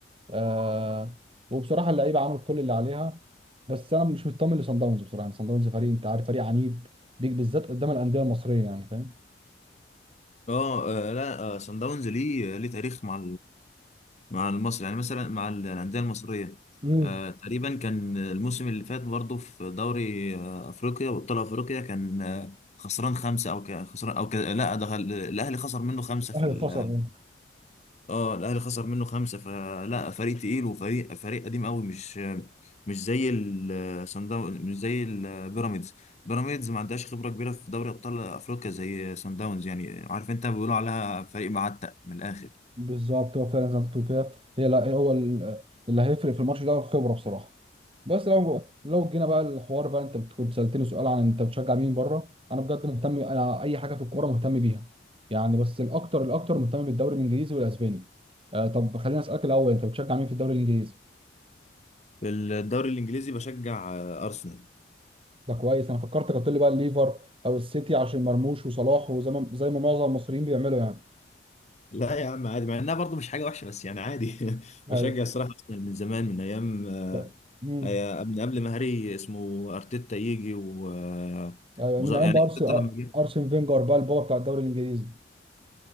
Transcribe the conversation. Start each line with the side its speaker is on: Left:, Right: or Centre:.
Right: آه وبصراحه اللعيبه عملت كل اللي عليها بس انا مش مطمن لصن داونز بصراحه يعني صن داونز فريق انت عارف فريق عنيد بيك بالذات قدام الانديه المصريه يعني فاهم
Left: اه آه، لا سان داونز ليه ليه تاريخ مع مع المصري يعني مثلا مع ال- الأندية المصرية
Right: امم
Left: آه تقريبا كان الموسم اللي فات برضه في دوري آه أفريقيا وأبطال أفريقيا كان آه خسران خمسة أو ك- خسران أو ك... لا ده ال- الأهلي خسر منه خمسة
Right: الاهلي
Left: في ال...
Right: خسر
Left: اه الأهلي خسر منه خمسة فلا فريق تقيل وفريق فريق قديم قوي مش مش زي ال- صن داونز مش زي البيراميدز بيراميدز ما عندهاش خبرة كبيرة في دوري أبطال أفريقيا زي صن داونز يعني عارف أنت بيقولوا عليها فريق معتق من الآخر
Right: بالظبط هو فعلا زي ما انت بتقول كده هي لا هو ال- اللي هيفرق في الماتش ده هو الخبره بصراحه بس لو لو جينا بقى الحوار بقى انت كنت سالتني سؤال عن انت بتشجع مين بره انا بجد مهتم انا اي حاجه في الكوره مهتم بيها يعني بس الاكتر الاكتر مهتم بالدوري الانجليزي والاسباني آه طب خليني اسالك الاول انت بتشجع مين في الدوري الانجليزي
Left: في الدوري الإنجليزي بشجع آه، أرسنال
Right: ده كويس انا فكرتك هتقول لي بقى الليفر او السيتي عشان مرموش وصلاح وزي ما زي ما معظم المصريين بيعملوا يعني
Left: لا يا عم عادي مع انها برضه مش حاجه وحشه بس يعني عادي <laughs> بشجع
Right: ايوه
Left: الصراحه ارسنال من زمان من ايام آه،
Right: <laughs> امم
Left: آه، من قبل ما هاري اسمه ارتيتا يجي و آه،
Right: ايوه
Left: وز-
Right: من
Left: يعني
Right: ايام بقى
Left: ارتيتا
Right: أرس-
Left: لما جه
Right: ارسن فينجر بقى البابا بتاع الدوري الانجليزي